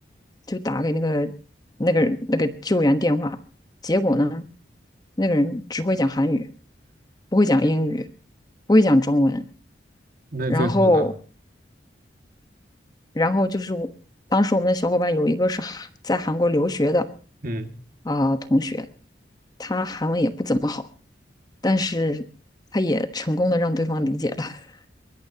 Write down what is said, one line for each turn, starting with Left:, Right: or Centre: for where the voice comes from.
Left: 就打给那个那个那个救援电话。结果呢，那个人只会讲韩语，不会讲英语，不会讲中文。
Right: 那最后呢？
Left: 然后，然后就是我当时我们的小伙伴有一个是韩在韩国留学的。
Right: 嗯，
Left: 啊、同学，他韩文也不怎么好，但是他也成功的让对方理解了。<laughs>